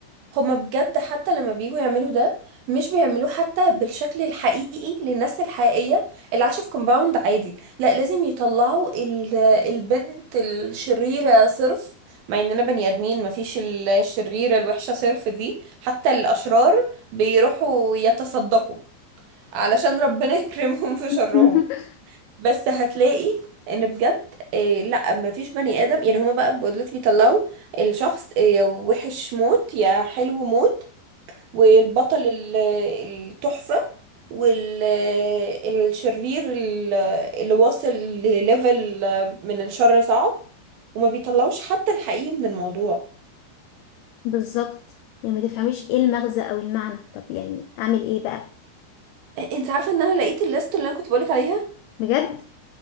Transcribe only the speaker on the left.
<laughs>
بالظبط يعني ما تفهميش ايه المغزى او المعنى طب يعني اعمل ايه بقى
بجد